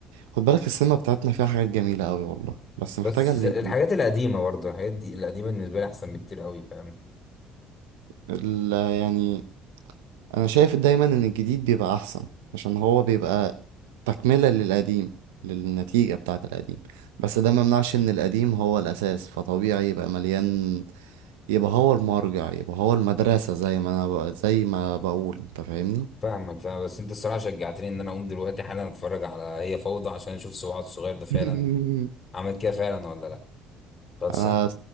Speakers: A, on the right; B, on the left.
A: خد بالك السينما بتاعتنا فيها حاجات جميلة أوي والله بس محتاجة
B: بس
A: اللي,
B: الحاجات القديمه برضه الحاجات دي القديمه بالنسبه لي احسن بكتير قوي فاهم
A: اللي يعني أنا شايف دايما إن الجديد بيبقى أحسن عشان هو بيبقى تكملة للقديم للنتيجة بتاعة القديم بس ده ممنعش إن القديم هو الأساس فطبيعي يبقى مليان يبقى هو المرجع يبقى هو المدرسة زي ما انا ب... زي ما بقول انت فاهمني
B: فاهمك فاهم بس انت الصراحه شجعتني ان انا اقوم دلوقتي حالا اتفرج على هي فوضى عشان اشوف سواد الصغير ده فعلا
A: <laughs>
B: عمل كده فعلا ولا لا خلصه
A: انا